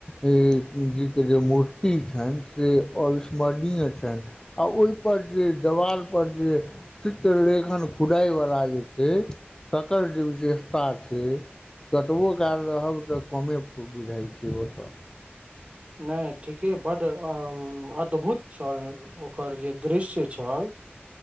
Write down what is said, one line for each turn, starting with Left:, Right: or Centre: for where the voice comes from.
Left: ई जी के जे मूर्ति छैन से अविसमरणीय छैन आ ओहिपर जे देवालपर जे चित्रलेखन खुदैवला जे छै तकर जे विशेषता छै कतबो काल रहब तऽ कमे बुझाइ छै ओत
Right: नै ठीके बड अ अद्भुत छल ओकर जे दृश्य छल